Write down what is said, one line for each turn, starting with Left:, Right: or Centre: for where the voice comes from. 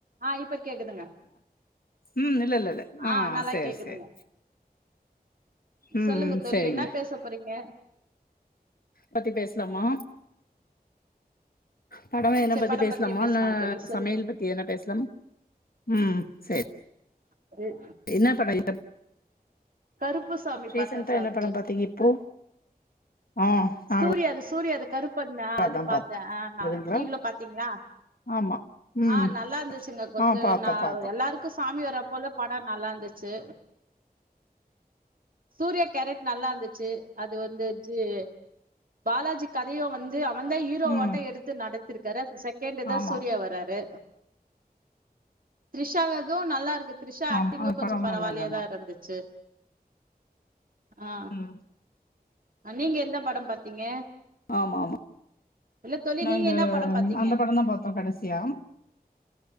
Right: ஆஹ் இப்ப கேக்குதுங்க
Left: ம் இல்ல இல்ல இல்ல ஆ
Right: ஆஹ் நல்லா
Left: சேரி
Right: கேக்குதுங்க
Left: சேரி ம்
Right: சொல்லுங்க
Left: ம்
Right: தோழி
Left: சேரிங்க
Right: என்னா பேச போறீங்க
Left: பத்தி பேசலாமா படம் என்ன
Right: சரி
Left: பத்தி
Right: படம்
Left: பேசலாமா
Right: பத்தியே பேசலா
Left: இல்ல
Right: தோழி சொல்லுங்க
Left: சமையல் பத்தி என்ன பேசலா உம் செரி
Right: <unintelligible>
Left: என்ன படம்
Right: கருப்பு சாமி
Left: ரீசென்டா
Right: பாத்தே சார்
Left: என்ன பட பாத்தீங்க இப்போ ஆ நாங்களா
Right: சூரியாது சூரியாது பண்ண அது
Left: அதா
Right: பாத்தே
Left: பாத்தோ அதுங்களா
Right: நீங்களும் பாத்தீங்களா
Left: ஆமா ம்
Right: ஆ நல்லா இருந்துச்சுங்க கொஞ்சம்
Left: ஆ பாத்தோ பாத்தோ
Right: எல்லாருக்கும் சாமி வர போல பட நல்லாருந்துச்சு சூர்யா கேரக்ட் நல்லாருந்துச்சு அது வந்துச்சு பாலாஜி கதையு வந்து அவ் வந்த ஹீரோவாட்ட
Left: ம்
Right: எடுத்து நடத் இருக்கரு செகண்டு் தா
Left: ஆமா
Right: சூர்யா வராரு த்ரிஷாகது நல்லாருக்கு த்ரிஷா
Left: ஆமா
Right: ஆக்டிங்கு
Left: அது
Right: கொஞ்ச
Left: படம்
Right: பரவால்லயாதா
Left: நல்லாதாமா
Right: இருந்துச்சு ஆஹ்
Left: ம்
Right: அ நீங்க எந்த படம் பாத்தீங்க
Left: ஆமா ஆமா
Right: இல்ல தோழி
Left: நாங்க
Right: நீங்க என்ன படம் பாத்தீங்க
Left: அந்த படந்தா பாத்தோ கடைசியா